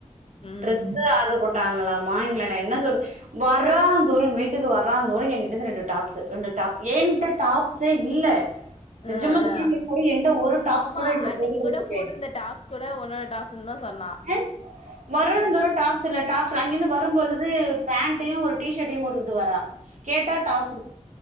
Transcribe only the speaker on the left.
ம்
ஆ ஆ
ஆமா
அன்னைக்கு
கூட போட்டிருந்த டாப்ஸ் கூட உன்னோட டாப்ஸ்ன்னு தான் சொன்னா
ஆ